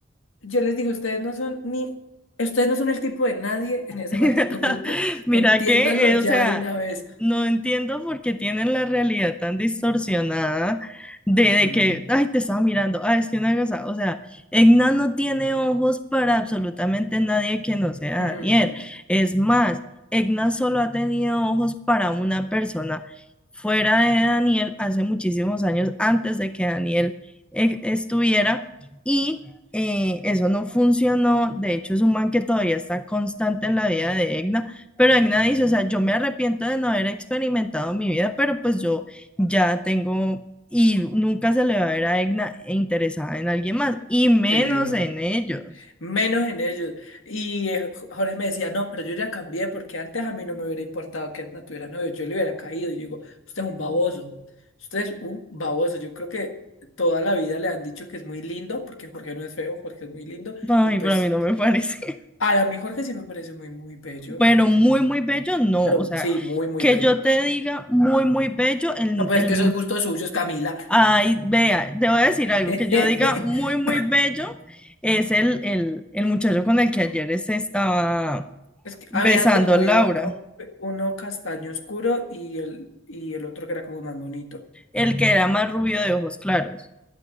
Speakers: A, on the left; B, in the centre.
A: yo les dije, ustedes no son ni, ustedes no son el tipo de nadie en ese
B: <laughs>
A: maldito grupo.
B: Mira
A: Entiéndanlo
B: que,
A: ya
B: eh, o sea,
A: de una vez.
B: no entiendo por qué tienen la realidad tan distorsionada de, de
A: Mm,
B: que, ay, te estaba mirando, ay, es que una cosa, o sea, Egna no tiene ojos para absolutamente nadie que no sea
A: mm,
B: Daniel. Es más, Egna solo ha tenido ojos para una persona fuera de Daniel hace muchísimos años antes de que Daniel eh, estuviera. Y eh, eso no funcionó, de hecho es un man que todavía está constante en la vida de Egna, pero Egna dice, o sea, yo me arrepiento de no haber experimentado mi vida, pero pues yo ya tengo y nunca se le va a ver a Egna interesada en alguien más, y menos
A: Sí, no.
B: en ellos.
A: menos en ellos. Y eh, Jo- Jorge me decía, no, pero yo ya cambié porque antes a mí no me hubiera importado que Edna tuviera novio, yo le hubiera caído. Y yo digo, usted es un baboso, usted es un baboso. Yo creo que toda la vida le han dicho que es muy lindo porque Jorge no es feo, Jorge es muy lindo.
B: Ay,
A: Y pues,
B: para mí no me parece,
A: ay, a mí Jorge sí me parece muy, muy bello,
B: <laughs> pero
A: me parece
B: muy,
A: muy atractivo.
B: muy bello, no,
A: Pero
B: o sea,
A: sí, muy, muy
B: que
A: bello.
B: yo te diga muy, muy bello, el,
A: No, pues
B: el
A: es que esos gustos suyos, Camila.
B: Ay, vea, te voy a decir
A: <laughs>
B: algo que yo diga muy, muy bello. Es el, el, el muchacho con el que ayer se estaba
A: Es que
B: besando
A: habían dos, había
B: Laura,
A: uno, uno castaño oscuro y el, y el otro que era como más bonito.
B: el que era más rubio de ojos claros.